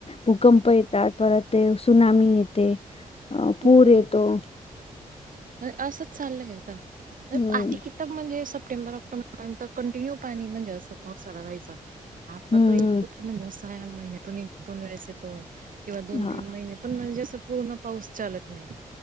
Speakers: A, on the left; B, on the right.
A: भूकंप येतात, परत ते सुनामी येते. ते
B: हो
A: पुर येतो.
B: असंच चाललंय आता
A: हम्म
B: आधी किताब म्हणजे अस. सप्टेबर-ऑक्टोबर पर्यंत कंटिन्यू पाणी म्हणजे असं पाऊसाळा राहायचा. आता
A: हम्म
B: तो येतो
A: हम्म
B: म्हणल्यावर सहा महिन्या दोन वेळेस येतो. किंवा दोन-तीन
A: हा
B: महिने पण मनजे अस. पूर्ण पाऊस चालत नाही.